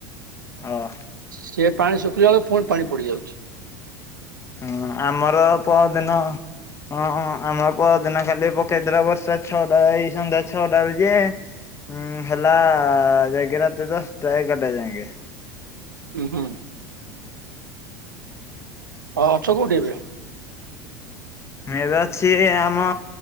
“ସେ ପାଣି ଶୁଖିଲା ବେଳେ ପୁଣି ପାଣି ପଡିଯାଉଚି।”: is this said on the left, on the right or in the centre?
Right